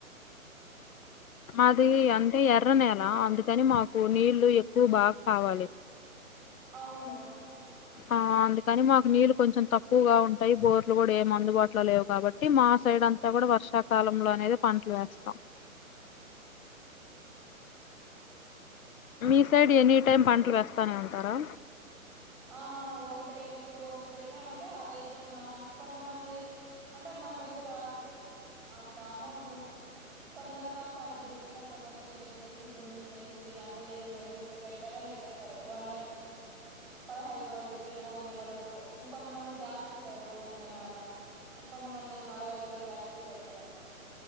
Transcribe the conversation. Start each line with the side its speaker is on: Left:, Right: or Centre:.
Left: మాది అంటే ఎర్రనేెల అందుకని మాకు నీళ్లు ఎక్కువ బాగా కావాలి
Centre: అవును
Left: ఆ అందుకని మాకు నీళ్ళు కొంచెం తక్కువగా ఉంటాయి బోర్లు కూడా ఏమి అందుబాటులో లేవు కాబట్టి మా సైడ్ అంతా కూడా వర్షాకాలంలో అనేది పంటలు వేస్తాం మీ సైడ్ ఎనీ టైం పంటలు వేస్తానే ఉంటారా
Centre: ఆ ఒకటే ఇప్పుడు ఒకటి పెట్టినామంటే అద అయిపోయినా కొంతమంది అంటే మన దగ్గర ఇట్లా అమౌంట్ ఉంట తొందరగా పని బిరిబిరిన తొందరతో చేపి వచ్చేసి దున్నిచ్చేసి అంత ఎరువులు వేసేసి వెంటనే పెట్టేస్తారు వా ఒక పదహైదు రోజులకి ఒక నెల లోపు ఇంకొంతమంది గ్యాప్ ఇస్తారు ఒక నెలలా ఇంకొంతమంది నలభై రోజులు గ్యాప్ ఇచ్చి పెడతారు అట్లా